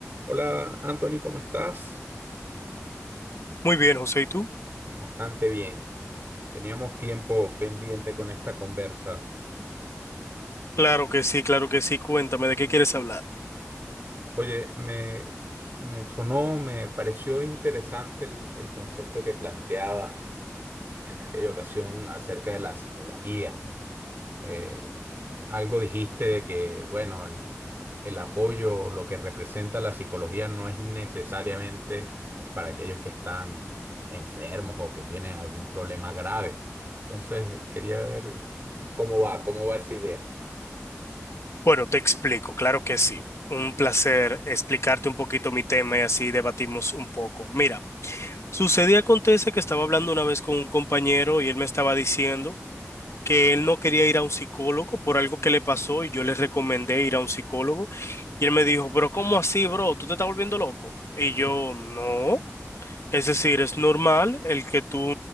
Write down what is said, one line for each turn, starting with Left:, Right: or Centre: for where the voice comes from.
Right: Hola Anthony, ¿cómo estás?
Left: Muy bien, José, ¿y tú?
Right: Bastante bien. Teníamos tiempo pendiente con esta conversa.
Left: Claro que sí, claro que sí. Cuéntame, ¿de qué quieres hablar?
Right: Oye, me, me sonó, me pareció interesante el, el concepto que planteabas en aquella ocasión acerca de la psicología, eh, Algo dijiste de que, bueno, el, el apoyo, lo que representa la psicología no es necesariamente para aquellos que están enfermos o que tienen algún problema grave. Entonces, quería ver cómo va, cómo va esa idea.
Left: Bueno, te explico, claro que sí. Un placer explicarte un poquito mi tema y así debatimos un poco. Mira,
Right: Va.
Left: sucedía acontece que estaba hablando una vez con un compañero y él me estaba diciendo que él no quería ir a un psicólogo por algo que le pasó y yo le recomendé ir a un psicólogo y él me dijo, pero ¿cómo así, bro? ¿Tú te estás volviendo loco? Y
Right: Sí.
Left: yo, no. Es decir, es normal el que tú